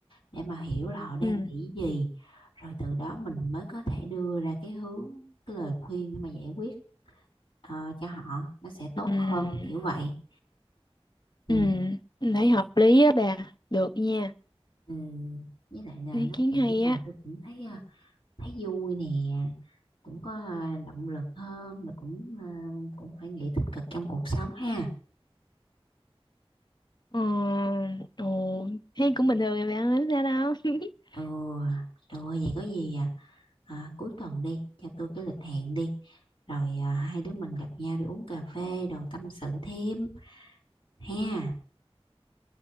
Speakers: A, on the left (about 65°); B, on the left (about 45°).
A: để mà hiểu là họ đang
B: ừ,
A: nghĩ gì rồi từ đó mình mới có thể đưa ra cái hướng cái lời khuyên để mà giải quyết ờ, cho họ nó sẽ tốt
B: ừ,
A: hơn kiểu vậy ừ.
B: ừ, mình thấy hợp lý á bà, được nha,
A: Ừ, với lại là
B: ý
A: nói
B: kiến
A: chuyện
B: hay
A: với bà
B: á.
A: tôi cũng thấy ờ, thấy vui nè cũng có ờ, động lực hơn rồi cũng ờ, cũng phải nghĩ tích cực trong cuộc sống ha
B: Ờ, ồ, thấy cũng bình thường mà bà, không sao đâu. <laughs>
A: ừ rồi vậy có gì à, à, cuối tuần đi cho tôi cái lịch hẹn đi rồi à, hai đứa mình gặp nhau đi uống cà phê đồ tâm sự thêm ha